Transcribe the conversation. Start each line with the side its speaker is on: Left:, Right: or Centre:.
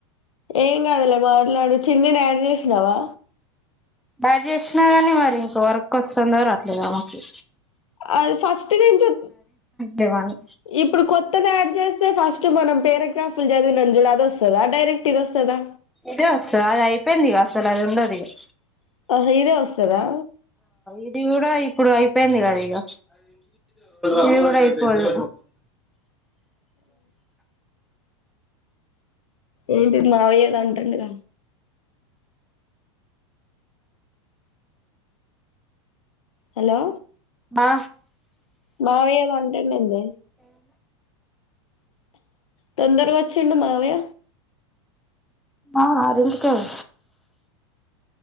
Left: ఏం కాదలే మాటలాడు చిన్ని ని యాడ్ చేసినవా
Centre: గ్రాడ్యుయేషన్ గాని మరి ఇంక వర్క్ వస్తున్నారు అట్లేద మకి
Left: అది ఫస్ట్ నుంచి
Centre: చేయమని
Left: ఇప్పుడు కొత్తది యాడ్ చేస్త ఫస్ట్ మనం ఫస్ట్ పారగ్రాఫ్ చదివినం చూడు అది వస్తదా డైరెక్ట్ ఇది వస్తుందా
Centre: అయితేస అది అయిపోయింది ఇక అసలు అది ఉండదిక
Left: ఆ ఇదే వస్తదా
Centre: ఇది కూడా ఇప్పుడు అయిపోయింది కదా ఇక ఇది కూడా అయిపోదు
Left: ఏంటి మావయ్యదా ఉంటం కద హలో
Centre: బా
Left: మావయ కొంటన్నందే తొందర గా వచ్చిండు మావయ్య
Centre: మా ఆరింటి కళ్ళ